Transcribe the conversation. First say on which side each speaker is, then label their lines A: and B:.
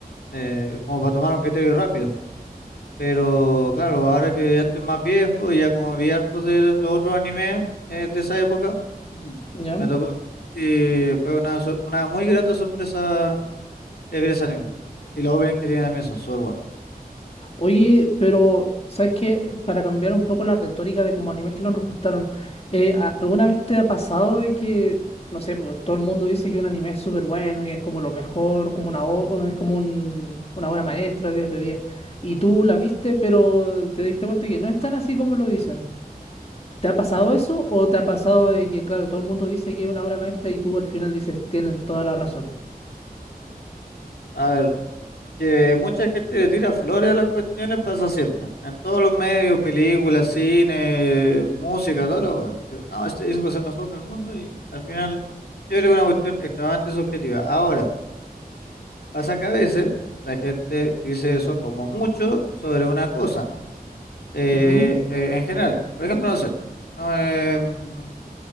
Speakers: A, on the left; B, on the left.
A: eh, como para tomar un criterio rápido. Pero claro, ahora que ya estoy más viejo y ya como vi hartos de los otros animes eh, de esa época, <clears throat>
B: ¿Ya?
A: me tocó y fue una, sor- una muy grata sorpresa eh, ver ese anime. Y los openings que tiene también son súper buenos.
B: Oye, pero ¿sabes qué? Para cambiar un poco la retórica de como animes que no nos gustaron, eh, ¿a- ¿alguna vez te ha pasado de que, no sé, pues, todo el mundo dice que un anime es súper bueno y es como lo mejor, como una, o- es como un- una obra maestra, diez de diez. y
A: Ujú.
B: tú la viste, pero te diste cuenta que no es tan así como lo dicen? ¿Te ha pasado eso o te ha pasado de que, claro, todo el mundo dice que es una obra maestra y tú al final dices, tienen toda la razón?
A: A ver. que mucha gente le tira flores a las cuestiones, pasa siempre. En todos los medios, películas, cine, música, toda la wea. Sí, No, este disco es el mejor del mundo y al final yo creo que es una cuestión extremadamente subjetiva. Ahora, pasa que a veces la gente dice eso como mucho sobre una cosa eh,
B: Ujú,
A: eh, en general. Por ejemplo, no sé. no, em,